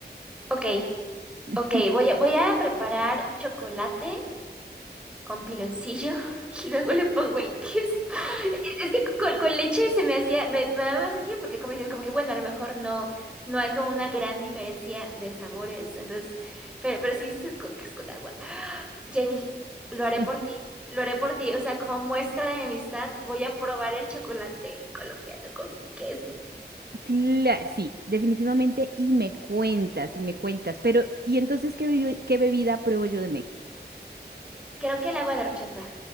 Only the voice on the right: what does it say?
<laughs>
Mm.
Cla- sí, definitivamente. Y me cuentas, y me cuentas. Pero, ¿y entonces qué, bebi- qué bebida pruebo yo de México?